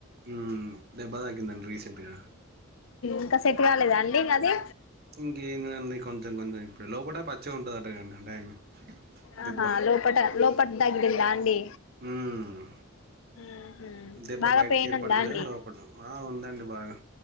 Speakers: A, on the right; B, on the left.
A: మ్మ్ దెబ్బ తాకిందండి రీసెంట్ గా
B: ఇంకా సెట్ కాలేద అండి అది
A: ఇంకేందండి కొంచెం కొంచెం ఇప్పుడు లోపట పచ్చిగ్ ఉంటదంట కదండి ఆ టైమ్
B: ఆహా
A: దెబ్బ
B: లోపట లోపట తగిలిందా అండి
A: మ్మ్
B: ఉహు
A: దెబ్బ
B: బాగా
A: బయటకి
B: పెయిన్
A: ఏర్పడుతులే
B: ఉందా అండి
A: లోపట ఆ ఉందండి బాగా